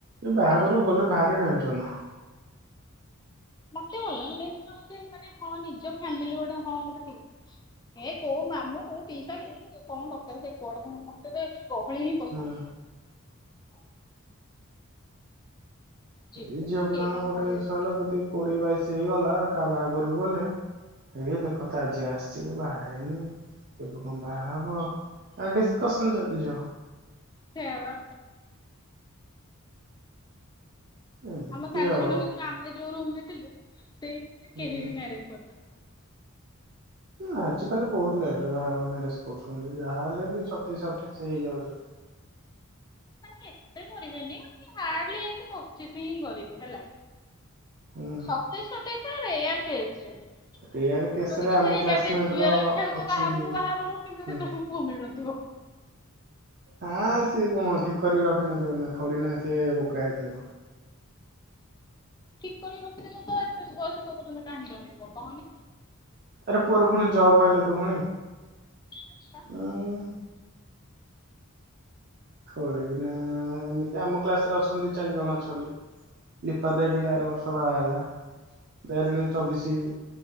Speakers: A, on the right; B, on the left.
A: ଏ ବାହାଘରକୁ
B: ପଳେଇ
A: ଗଲେ ବାହାରେ ଟେନସନ
B: ମତେ ଭଲ ମ ହଉ ମାନେ ହଁ ନିଜ ଫ୍ୟାମିଲି ଗୋଟେ ହଁ ଗୋଟେ ଏ କୋଉ ମାମୁଁ କୋଉ ପିଇସା କି କଣ ଡଟର ସେ କୁଆଡେ କ ମତେ ଗହଳି ହିଁ ପସନ୍ଦ।।
A: ହୁଁ
B: ଯିବୁ
A: ଏଇ ଝିଅ ପିଲାଙ୍କ
B: କିଏ କଣ
A: ଗୋଟେ
B: କହିଦେବ
A: ଜିନିଷ ହେଲା
B: କିଏ କଣ
A: ଯଦି କୋଡିଏ ବାଇଶି ହେଇଗଲା। କା ବାହାଘରକୁ ଗଲେ ଏ ଦେଖ ତା ଝିଅ ଆସିଛି ବାହା ହେଇନି କେବେ କଣ ବାହା ହବ ଡିସକସନ ଚାଲିଛି
B: ସେଇୟା ବା।
A: ଏମିତି
B: ଆମ ସାଙ୍ଗ
A: ଆଉ
B: ମାନଙ୍କ ଭିତରୁ ଆମେ ଯୋଉ ରୁମ ରେ ଥିଲୁ ସେଇ ରୁମରେ
A: ହୁଁ।
B: କେହି ବି ମ୍ୟାରେଜ କରୁନାହାନ୍ତି।
A: ଆଜିକାଲି ବହୁତ ଲେଟରେ ବା ମ୍ୟାରେଜ କରୁଛନ୍ତି ଯାହାହଲେ ବି ସତେଇଶ ଅଠେଇଶ ହେଇଯାଉଛି। ହ
B: ନାଇଁ ଏତେ କରିବେନି ସେ ହାର୍ଡଲି ହେଇକି ପଚ କରିବେ ହେଲା
A: ହୁଁ
B: ସତେଈଶ ଅଠେଇଶ ରେୟାର କେଶ ରେ। ଯୋଉଠି
A: ରେୟାର କେସ ରେ
B: କିି
A: ଆମ
B: ସେଇ
A: କ୍ଲାସମେଟ
B: ଟାଇମ ରେ ଝିଅର
A: ର
B: ଇଚ୍ଛା ହଉଥିବ
A: ଅଛନ୍ତି
B: ବାହା ବୋହୁ ବାହା ବୋହୁ କିନ୍ତୁ
A: ହୁଁ।
B: ସେ ତକୁ ପୁଅ ମିଳୁନଥିବ।
A: ଆସ୍ ସିଏ କଣ ଠିକ କରିକି ରଖିିନଥିବ ନା ଥୋଡି ନା ସିଏ ବୋକା ହେଇଥିବ?
B: ଠିକ କରିକି ରଖିଦେବ ତ ଏତେ ବୟସକ ପର୍ଯ୍ୟନ୍ତ କାହିଁଁ ରହିବ କହନି?
A: ଆରେ ପୁଅର ପୁଣି ଜବ ହେଲେ ତୋ ଫୁଣି
B: ଆଚ୍ଛା
A: ଉୁଁ। ଖଳିକିନା ଏମିତି ଆମ କ୍ଲାସ ରେ ଅଛନ୍ତି ଚାରି ଜଣ ଅଛନ୍ତି। ଦିପା ତ ଏଠି ଆର ବର୍ଷ ବାହା ହେଲା ଯଣ ଚବିଶି